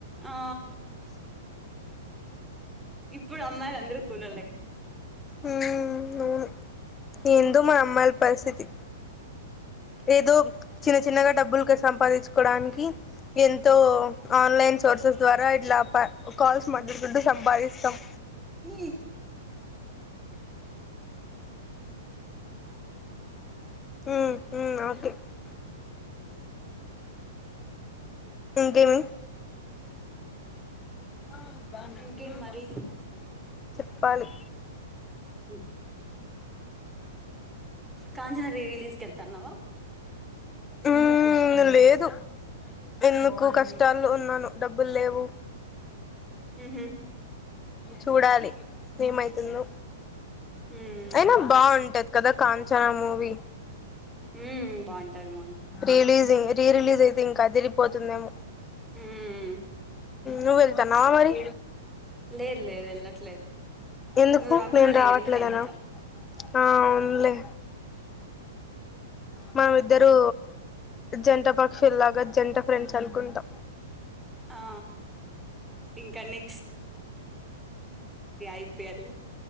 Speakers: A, in the centre; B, on the left.
A: ఆ ఇప్పుడు అమ్మాయిలు అందరు కూలోల్లేగా
B: ఉ అవును ఎందో మన అమ్మాయిల పరిస్థితి ఏదో చిన్న చిన్నగా డబ్బులు క సంపాదించుకోవడానికి ఎంతో ఆన్లైన్ సోర్సెస్ ద్వారా ఇలా ప కాల్స్ మాట్లాడుకుంటూ సంపాదిస్తాం
A: ఇ
B: ఉ ఉ ఓకే ఇంకేమి అ బాగున్నాను
A: ఇంకేం
B: నువ్వు
A: మరి
B: బాగున్నావా చెప్పాలి
A: ఉ కాంచన రీ రిలీజ్కెళ్తాన్నావా
B: ఉ లేదు ఎందుకు కష్టాల్లో ఉన్నాను డబ్బులు లేవు
A: ఉహు
B: చూడాలి ఏమైతుందో
A: ఉమ్
B: అయినా బాగుంటది కదా కాంచనా మూవీ
A: ఉమ్ బాగుంటది బాగుంటది
B: రిలీజింగ్ రీ రిలీజ్ అయితే ఇంకా అదిరిపోతుందేమో
A: ఉమ్
B: నువ్వెళ్తాన్నవా మరి
A: లేదు లేదు వెళ్ళట్లేదు
B: ఎందుకు
A: నువ్వు రాకుండా
B: నేను రావట్లేదనా
A: ఎందుకు వెళ్తా చెప్పు
B: ఆ అవున్లే మనం ఇద్దరు జంట పక్షుల్లాగా జంట ఫ్రెండ్స్ అనుకుంటా
A: ఆ ఇంకా నే ఐపీఎల్